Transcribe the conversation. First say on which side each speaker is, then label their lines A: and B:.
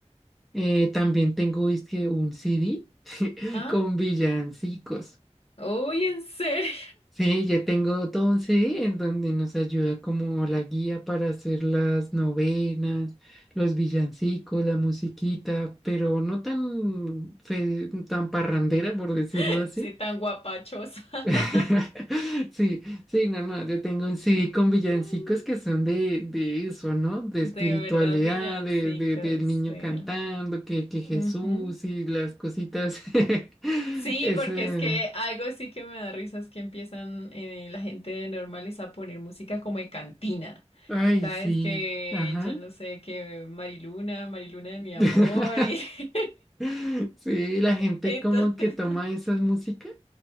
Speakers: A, in the centre; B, on the left (about 55°).
A: Eh, también tengo, es que un CD <laughs>
B: ¿Ah?
A: con villancicos.
B: Uy, en serio.
A: Sí, yo tengo 12 en donde nos ayuda como la guía para hacer las novenas, los villancicos, la musiquita, pero no tan, fe- tan parrandera, por decirlo
B: <laughs>
A: así.
B: Sí, tan guapachosa. <laughs>
A: <laughs> Sí, sí, no, no, yo tengo un CD con villancicos
B: Mm,
A: que son de, de eso, ¿no? De
B: De
A: espiritualidad,
B: verdad, villancicas,
A: de, de- del niño
B: sí.
A: cantando, que, que
B: Ujú.
A: Jesús y las cositas. <laughs>
B: Sí,
A: Es,
B: porque
A: eh,
B: es que algo sí que me da risa es que empiezan eh, la gente normales a poner música como de cantina.
A: ay,
B: Sabes
A: sí,
B: que
A: ajá.
B: yo no sé que Mariluna, Mariluna de
A: <laughs>
B: mi amor y <laughs>
A: <laughs> Sí, la gente
B: entonces
A: como que toma esa música